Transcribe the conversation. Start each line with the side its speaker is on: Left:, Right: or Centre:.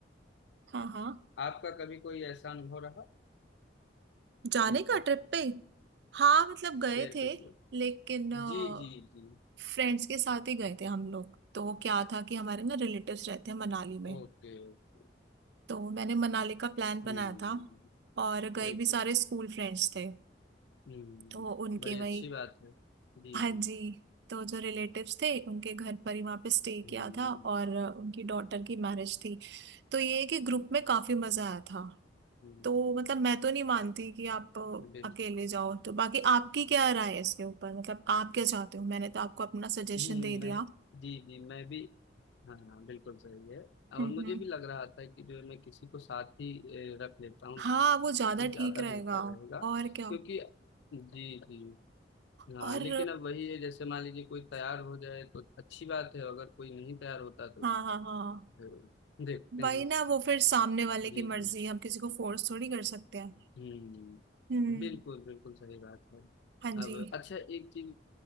Right: हाँ हाँ
Left: आपका कभी कोई ऐसा अनुभव रहा
Right: जाने
Left: बिल्कुल
Right: का ट्रिप पे हाँ मतलब गए
Left: शेयर
Right: थे
Left: करिए
Right: लेकिन अ,
Left: जी जी जी
Right: फ्रेंड्स के साथ ही गए थे हम लोग तो क्या था कि हमारे ना रिलेटिव्स रहते हैं मनाली में
Left: Okay okay
Right: तो मैंने मनाली का प्लान बनाया
Left: हम्म
Right: था और गए
Left: बिल्कुल
Right: भी सारे स्कूल फ्रेंड्स थे
Left: हम्म,
Right: तो उनके
Left: बड़ी
Right: वही
Left: अच्छी बात है जी
Right: हाँ
Left: जी
Right: जी तो जो रिलेटिव्स थे उनके घर पर ही वहाँ पे स्टे
Left: हम्म
Right: किया था और उनकी डॉटर की मैरिज थी तो ये है कि ग्रुप में काफी मजा आया था
Left: हम्म,
Right: तो मतलब मैं तो नहीं मानती कि आप
Left: बिल्कुल
Right: अकेले जाओ तो बाकी आपकी क्या राय है इसके ऊपर मतलब आप क्या चाहते हो मैंने तो आपको अपना सजेशन
Left: हम्म,
Right: दे दिया
Left: मैं जी जी मैं भी हाँ हाँ बिल्कुल सही है
Right: हम्म
Left: और मुझे भी लग रहा था कि जो है मैं किसी को साथ ही ए, रख लेता हूँ
Right: हाँ वो
Left: तो
Right: ज्यादा
Left: ज्यादा
Right: ठीक रहेगा
Left: बेहतर रहेगा
Right: और क्या
Left: क्योंकि जी जी हाँ
Right: और
Left: लेकिन अब वही है जैसे मान लीजिए कोई तैयार हो जाए तो अच्छी बात है अगर कोई नहीं तैयार होता तो
Right: हाँ हाँ हाँ
Left: फिर देखते
Right: वही
Left: हैं
Right: ना वो फिर सामने वाले
Left: जी
Right: की
Left: जी
Right: मर्जी हम किसी को फोर्स थोड़ी कर सकते हैं
Left: हम्म
Right: हम्म
Left: बिल्कुल बिल्कुल सही बात है
Right: हाँ जी
Left: अब अच्छा एक चीज